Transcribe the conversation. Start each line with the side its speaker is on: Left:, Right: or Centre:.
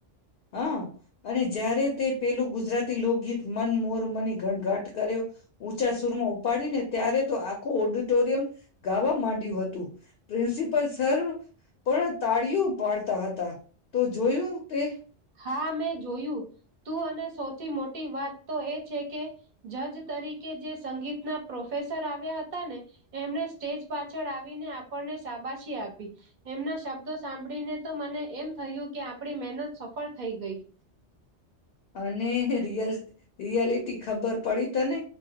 Left: હા! અને જયારે તે પેલું ગુજરાત થી લોકગીત મન મોર મની ઘટઘાટ કરે, ઊંચા સુરમાં ઉપાડીને ત્યારે તો આખું ઓડિટોરિયમ ગાવા માંડ્યું હતું. પ્રિન્સિપલ સર પણ તાળીઓ પાડતા હતા તો જોયું તે?
Right: હા મેં જોયું તું, અને સૌથી મોટી વાત તો એ છે કે, જજ તરીકે જે સંગીતના પ્રોફેસર આવ્યા હતા ને, એમણે સ્ટેજ પાછળ આવીને આપણને શાબાશી આપી. એમના શબ્દો સાંભળીને તો મને એમ થયું કે, આપણી મહેનત સફળ પર થઈ ગઈ.
Left: અને જે રિહર્સલ રિયાલિટી ખબર પડી તને?